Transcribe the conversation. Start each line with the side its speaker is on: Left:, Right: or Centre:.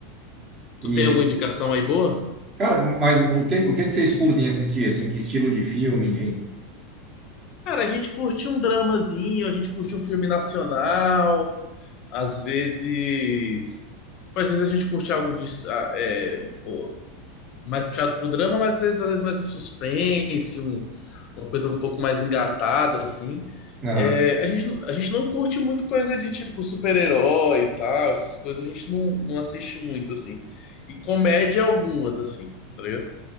Right: E,
Left: Tu tem alguma indicação aí boa?
Right: cara, mas o que, o que que vocês curtem assistir, assim, que estilo de filme, enfim?
Left: Cara, a gente curte um dramazinho, a gente curte um filme nacional, às vezes. Às vezes a gente curte algo de, ah, é, um pô, mais puxado pro drama, mas às vezes, às vezes mais um suspense, um- uma coisa um pouco mais engatada, assim.
Right: Aham.
Left: É, a gente, não- a gente não curte muito coisa de tipo super-herói e tal, essas coisas a gente não, não assiste muito, assim. E comédia algumas, assim, tá ligado?